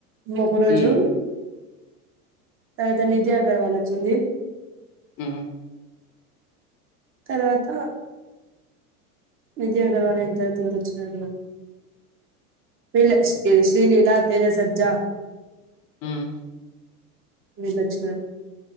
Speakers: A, on the right; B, on the left.
A: ముప్ప రోజు
B: ఉమ్.
A: తర్వాత నిధి అగర్వాల్ వచ్చింది
B: ఆ
A: తర్వాత నిద అగర్వాాలైన తరవాత ఎవరు వచ్చినారు వీళ్లే ఏ శ్రీ లీలా తేజ సజా
B: హ్మ్
A: వీళ్ళు వనచ్చినారు